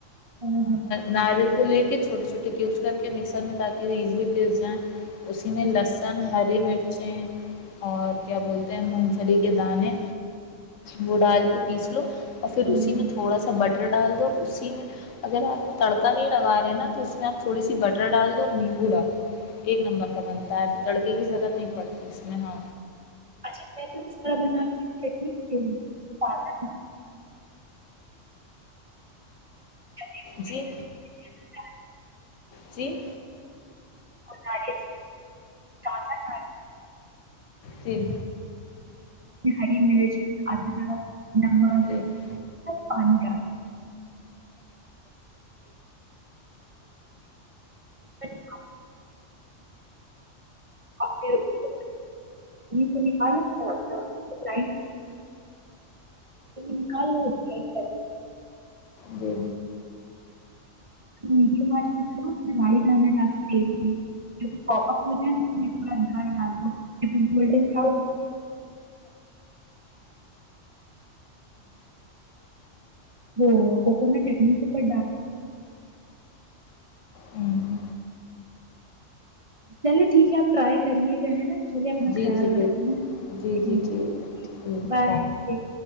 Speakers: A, on the right; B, on the left.
A: ہاں
B: ناریل کو لے کے چھوٹے چھوے کیوبس کر کہ مکسر میں تاکہ ریز بھی پس جائیں اسی
A: ہاں
B: میں لسن
A: جی
B: ہری مرچ بچے اور کیا بولتے ہیں مونگ پھلی کے دانے وہ ڈال کے پیس لو اور
A: ہوں
B: پھر اسی میں
A: ہوں
B: تھوڑا سا بٹن ڈال دو اسی میں اگر آپ نے تڑکا نہیں لگا رہے نا تو اس میں آپ تھوڑی سی بٹ کٹرا ڈال دو اور نیمبو ڈال دو ایک نمبر کا بنتا ہے تو تڑکے کی ضرورت نہیں پڑتی تو اس میں ہماں
A: اچھا میں تو کس طرح بن چٹنی تازہ چنے بھنے
B: جی
A: والے چنا دال
B: چیین
A: سچ ازا ک
B: جی
A: ہری مرچ ار ن
B: جی
A: پانڈ آ <unintelligible> تو نکالو کر نکال کر
B: جی
A: مڈ لائی د لگو تل میں پپ اپ ج گا دال لگو گولڈین ب وہ کوک ن ٹیکنک پر ڈ
B: جی
A: چلے ٹھیک ہے آپ ٹرائی کریے گا ہے نا چ لیے اپنا
B: جی
A: خیال
B: جی بالکل
A: رکھیں ہیں
B: جی
A: ٹھیک
B: جی
A: ہے
B: ٹھیک
A: بائے
B: ہے
A: ٹ